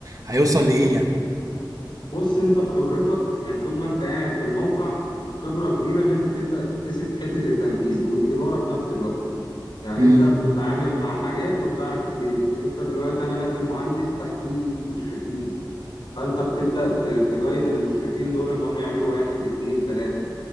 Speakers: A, on the right; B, on the left.
A: هيوصل لإيه يعني؟
B: بص أنت بخبرتك يعني طول ما أنت قاعد في الموقع خبرة كبيرة إن أنت تبدأ تكتسب حتة التنفيذ والإدارة في نفس الوقت يعني
A: امم
B: أنت بتتعامل مع حاجات وبتعرف تدير أنت دلوقتي أنا نازل مهندس تحتيه مشرفين فانت بتبدا ت- تجايد المشرفين دول ان هم يعملوا واحد اتنين تلاته